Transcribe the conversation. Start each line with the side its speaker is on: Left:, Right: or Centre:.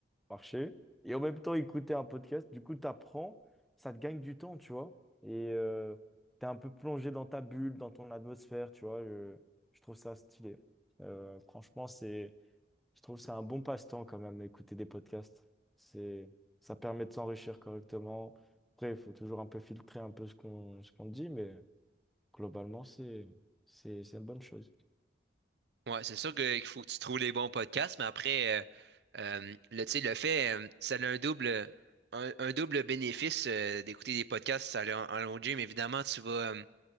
Centre: marcher et en même temps écouter un podcast. Du coup, tu apprends, ça te gagne du temps, tu vois. Et euh, t'es un peu plongé dans ta bulle, dans ton atmosphère, tu vois. Je, je trouve ça stylé. Euh, franchement, c'est, je trouve que c'est un bon passe-temps quand même, écouter des podcasts. C'est, ça permet de s'enrichir correctement. Après, il faut toujours un peu filtrer un peu ce qu'on ce qu'on dit, mais globalement, c'est c'est c'est une bonne chose.
Right: Ouais, c'est sûr que- qu'il faut que tu trouves les bons podcasts, mais après, euh, euh, le, tu sais, le fait, euh, ça a un double, un, un double bénéfice euh, d'écouter des podcasts, ça allait en, en long gym. Évidemment, tu vas, euh,